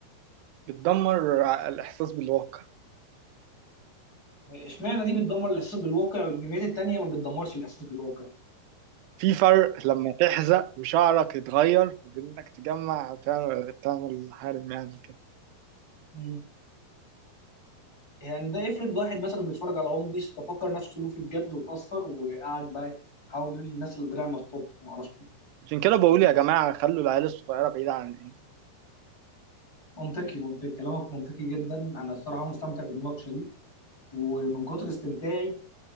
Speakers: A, on the right (about 85°); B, on the left (about 20°).
A: بتدمر الإحساس بالواقع
B: اشمعنى دي بتدمر الاحساس بالواقع والانميات التانيه ما بتدمرش الاحساس بالواقع
A: في فرق لما تحزق وشعرك يتغير وبين انك تجمع أو تعمل تعمل حارم يعني كده
B: مم. يعني ده افرض واحد مثلا بيتفرج على ون بيس ففكر نفسه لوفي بجد واتأثر وقعد بقى يحاول يقول للناس اللي دراعي مطاط ما اعرفش
A: عشان كده
B: إيه.
A: بقول يا جماعة خلوا العيال الصغيرة بعيدة عن الإنمي
B: منطقي منطقي كلامك منطقي جدا انا الصراحه مستمتع بالمناقشه دي ومن كتر استمتاعي